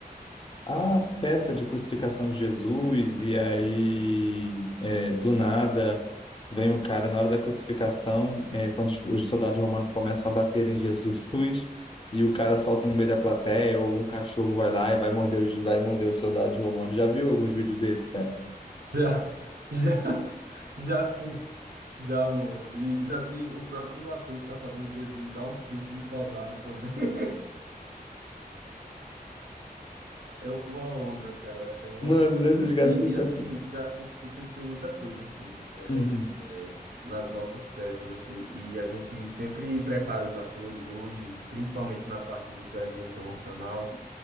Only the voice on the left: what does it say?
a peça de crucificação de Jesus, e aí, é, do nada, vem o cara na hora da crucificação, é, quando os os soldados romanos começam a bater em Jesus, <laughs> e o cara solta no meio da plateia, ou algum cachorro vai lá e vai morder os, vai morder os soldados romanos. Já viu alguns vídeos desse, cara?
Mano,
né, dos caras
que pensam.
Uhum.